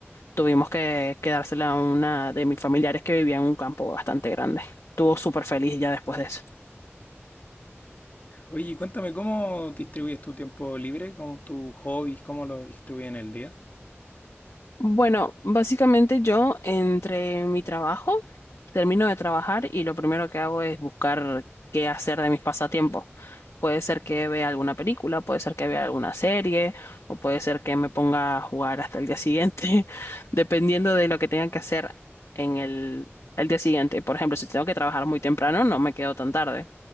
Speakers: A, on the left; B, on the left.
A: tuvimos que quedársela a una de mis familiares que vivía en un campo bastante grande. Estuvo súper feliz ya después de eso.
B: Oye, y cuéntame, ¿cómo distribuyes tu tiempo libre? ¿Cómo tus hobbies? ¿Cómo lo distribuyes en el día?
A: Bueno, básicamente yo entre mi trabajo, termino de trabajar y lo primero que hago es buscar qué hacer de mis pasatiempos. Puede ser que vea alguna película, puede ser que vea alguna serie, o puede ser que me ponga a jugar hasta el día siguiente, <laughs> dependiendo de lo que tenga que hacer en el, el día siguiente. Por ejemplo, si tengo que trabajar muy temprano, no me quedo tan tarde,